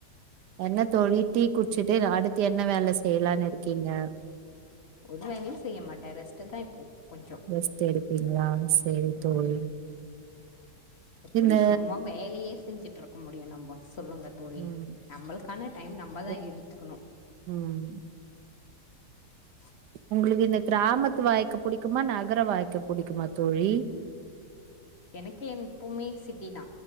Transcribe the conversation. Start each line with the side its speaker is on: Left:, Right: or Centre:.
Right: என்ன தோழி டீ குடிச்சுட்டு அடுத்து என்ன வேல செய்யலான்னு இருக்கீங்க
Left: ஒரு வேலையு செய்ய மாட்டே ரெஸ்ட் தா இப்போ கொஞ்சோ
Right: ரெஸ்ட் எடுப்பீங்களா சேரி
Left: உம்
Right: தோழி
Left: எப்டி
Right: இந்த
Left: சும்மா வேலையே செஞ்சுட்டு இருக்க முடியு நம்ம சொல்லுங்க தோழி
Right: ம்
Left: நம்மளுக்கான டைம் நம்மதா
Right: ஒ
Left: எடுத்துக்கணு
Right: ம்
Left: உஹம்
Right: உங்களுக்கு இந்த கிராமத்து வாய்க்க புடி குமனாக் <unintelligible> வாய்க்க புடிக்குமா தோழி
Left: எனக்கு என் எப்பவுமே சிட்டி தா